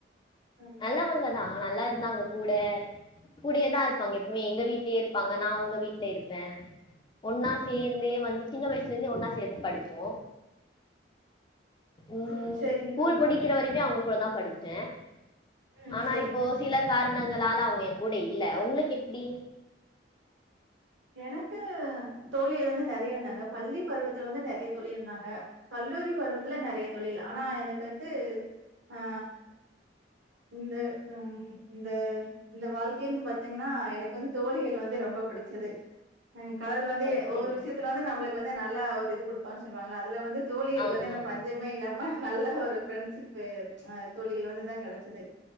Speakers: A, on the right; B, on the left.
A: ம்
B: நல்லவங்கதா நல்லா இருந்தாங்க கூட கூடயேதா இருப்பாங்க எப்பமே எங்க வீட்லயே இருப்பாங்க நா அவுங்க வீட்ல இருப்ப ஒன்னா சேந்தே வந்து சின்ன வயசுலந்தே ஒன்னா சேந்து படிச்சோ உம்
A: ம். சரிங்க
B: ஸ்கூல்
A: தோழி
B: முடிக்கிற வரைமே அவுங்க கூடதா படிச்ச
A: ம்
B: ஆனா
A: சரிங்க
B: இப்போ சில கார ணங்களால அவுங்க என் கூட இல்ல உங்களுக்கெப்டி
A: எனக்கு தோழிகள் வந்து நெறயா இருந்தாங்க பள்ளி பருவத்துல வந்து நெறயா தோழி இருந்தாங்க கல்லூரி பருவத்துல நெறயா தோழிகள் ஆனா எனக் வந்து ஆ இந்த ஆ இந்த இந்த வாழ் தின் பாத்தீங்கனா எனக்கு வந்து தோழிகள் வந்து ரொம்ப பிடிச்சது ம் கடவுள் வந்து
B: அப்படிங்களா
A: ஒவ்வொரு விஷ்யத்துல வந்து நம்ளுக்கு வந்து ந ல்லா ஒரு இது குடுப்பாங் சொல்லுவாங்கள்ள அதுல வந்து தோழிகள்
B: ஆமா
A: வந்து எனக்கு பஞ்சமே இல்லாம நல்ல ஒரு ஃப்ரெண்ட்ஷிப்பு ப்ச் அ தோழிகள் வந்துதா கெடச்சது